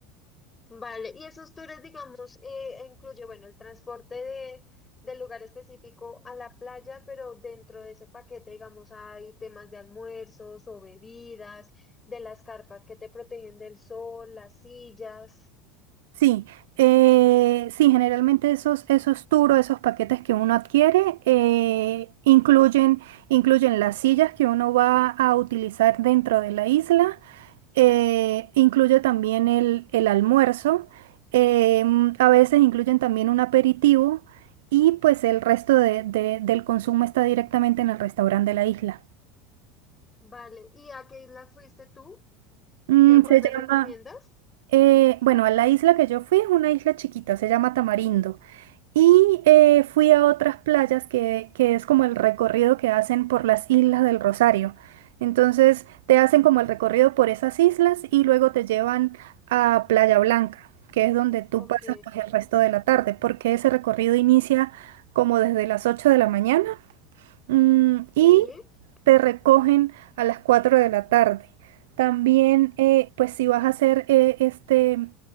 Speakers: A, on the left (about 20°); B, on the right (about 80°).
A: Vale, y esos tours, digamos, eh, incluye, bueno, el transporte de, del lugar específico a la playa, pero dentro de ese paquete, digamos, hay temas de almuerzos o bebidas, de las carpas que te protegen del sol, las sillas.
B: Sí, eh, sí, generalmente esos, esos turos, esos paquetes que uno adquiere, eh, incluyen, incluyen las sillas que uno va a utilizar dentro de la isla, eh, incluye también el, el almuerzo, eh, a veces incluyen también un aperitivo y pues el resto de- de- del consumo está directamente en el restaurante de la isla.
A: Vale, ¿y a qué isla fuiste tú?
B: Mm,
A: ¿Qué, cuál
B: se
A: me
B: llama,
A: recomiendas?
B: eh, bueno, a la isla que yo fui es una isla chiquita, se llama Tamarindo. Y eh, fui a otras playas que, que es como el recorrido que hacen por las Islas del Rosario. Entonces te hacen como el recorrido por esas islas y luego te llevan a Playa Blanca, que es donde tú
A: Ok,
B: pasas pues el resto de la tarde, porque ese recorrido inicia como desde las 8 de la mañana mm, y
A: sí,
B: te recogen a las 4 de la tarde. También eh, pues si vas a hacer eh, este,